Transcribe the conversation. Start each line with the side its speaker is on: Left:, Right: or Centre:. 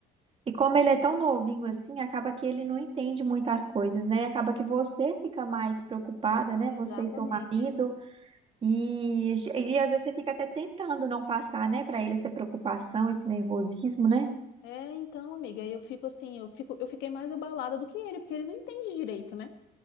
Right: e como ele é tão novinho assim, acaba que ele não entende muitas coisas, né? E acaba que você fica mais preocupada, né?
Left: Exatamente.
Right: Você e seu marido. E, e às vezes você fica até tentando não passar, né, para ele essa preocupação, esse nervosismo, né?
Left: É, então, amiga, eu fico assim, eu fico, eu fiquei mais abalada do que ele, porque ele não entende direito, né?